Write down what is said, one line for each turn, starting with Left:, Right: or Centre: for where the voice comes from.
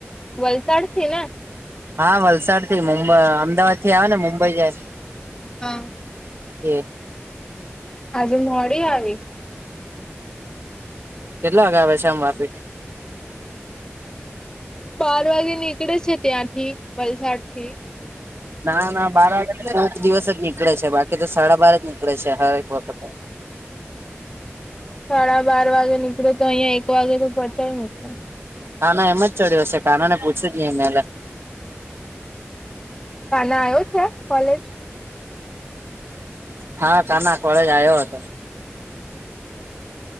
Left: વલસાડથી ને?
Right: હા વલસાડથી મુંબ અમદાવાદથી આવેને મુંબઈ જાય
Left: હ
Right: એ
Left: આજે મોડી આવી
Right: કેટલા વાગે આવે છે આમ વાપી
Left: બાર વાગે નીકડે છે ત્યાંથી વલસાડથી.
Right: ના ના બાર વાગે તો કોક દિવસ જ નીકળે છે બાકી તો સાડા બારે જ નીકળે છે હરેક વખતે
Left: સાડા બાર વાગે નીકળે તો અહિયાં એક વાગે તો પોચાડી મુકે.
Right: આના એમા જ ચડ્યો હશે કાનાને પૂછ્યું જ નઈ એમને
Left: કાના આયો છે કોલેજ?
Right: હા કાના કોલેજ આયો હતો.